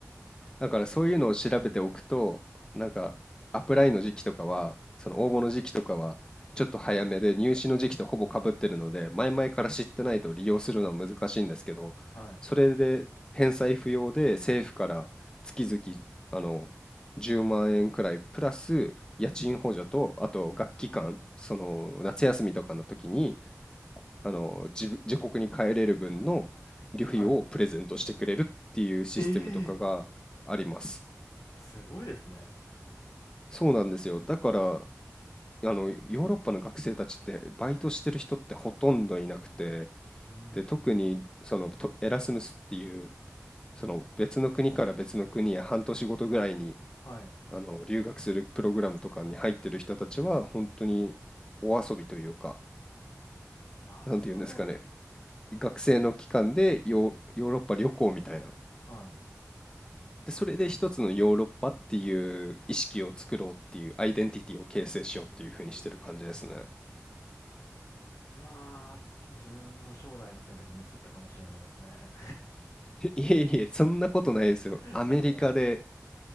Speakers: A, on the left; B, on the left.
A: だからそういうのを調べておくと、なんかアップライの時期とかは、その応募の時期とかは、ちょっと早めで入試の時期とほぼかぶってるので、前々から知ってないと利用するのは難しいんですけど、
B: はい。
A: それで返済不要で政府から月々あの10万円くらいプラス家賃補助と、あと学期間、その夏休みとかの時にあの、自自国に帰れる分の旅費をプレゼントしてくれるっていうシステムとかがあります。
B: はい。ええすごいですね。
A: そうなんですよ。だから、あの、ヨーロッパの学生たちってバイトしてる人ってほとんどいなくて、
B: うーん。
A: で、特にそのとエラスムスっていう、その別の国から別の国へ半年ごとぐらいに
B: はい。
A: あの留学するプログラムとかに入ってる人たちは本当にお遊びというか、
B: なるほど。
A: なんていうんですかね、学生の期間でヨー、ヨーロッパ旅行みたいな
B: は
A: で、それで一つのヨーロッパっていう意識を作ろうっていうアイデンティティを形成しようっていう風にしてる感じですね。
B: い。ええ。うわ、自分の将来の選択ミスったかもしれないですね。
A: <laughs> いえいえ、そんなことないですよ。
B: <laughs>
A: アメリカで、
B: そんなことないですか？い